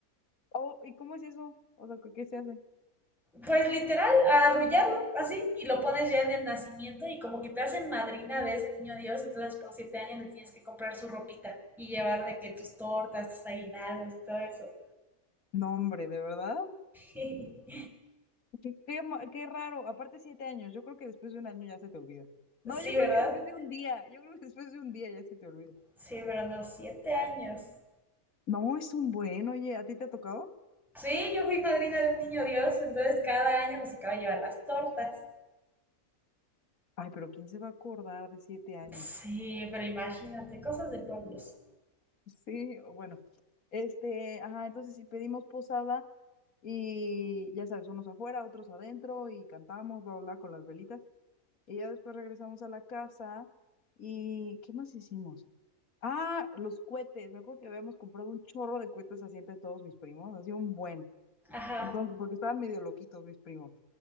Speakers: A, on the left; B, in the centre.
A: Oh, ¿y cómo es eso? O sea, ¿qué qué se hace?
B: Pues literal, arrullarlo así, y lo pones ya en el nacimiento y como que te hacen madrina de ese niño Dios, entonces por siete años le tienes que comprar su ropita y llevar de que tus tortas, tus aguinaldos y todo eso.
A: No, hombre, ¿de verdad?
B: <laughs>
A: Qué, qué, ma- qué raro. Aparte, siete años. Yo creo que después de un año ya se te olvida. No,
B: Sí,
A: yo
B: ¿verdad?
A: creo que después de un día. Yo creo que después de un día ya se te olvida.
B: Sí, pero no, siete años.
A: No, es un buen, oye, ¿a ti te ha tocado?
B: Sí, yo fui madrina de un niño Dios, entonces cada año nos tocaba llevar las tortas.
A: Ay, pero ¿quién se va a acordar de siete años?
B: Sí, pero imagínate, cosas de pueblos.
A: Sí, o bueno. Este, ajá, entonces sí pedimos posada y ya sabes, unos afuera, otros adentro y cantamos, bla, bla, bla, con las velitas. Y ya después regresamos a la casa y ¿qué más hicimos? Ah, los cohetes. Me acuerdo que habíamos comprado un chorro de cohetes así entre todos mis primos, así un buen.
B: Ajá,
A: Entonces, porque estaban medio loquitos mis primos.